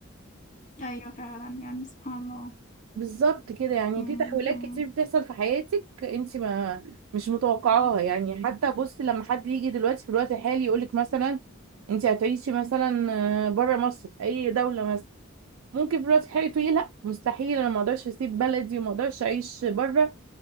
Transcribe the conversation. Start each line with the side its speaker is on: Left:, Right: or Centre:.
Left: ايوه فعلا يعني سبحان الله
Right: بالظبط كده يعني
Left: امم
Right: في تحولات كتير بتحصل في حياتك انت ما مش متوقعاها يعني حتى بصي لما حد يجي دلوقتي في الوقت الحالي يقولك مثلا انت هتعيشي مثلا آه، بره مصر في اي دولة مثلا ممكن في الوقت الحالي تقولي لا مستحيل انا ما اقدرش اسيب بلدي وما اقدرش اعيش بره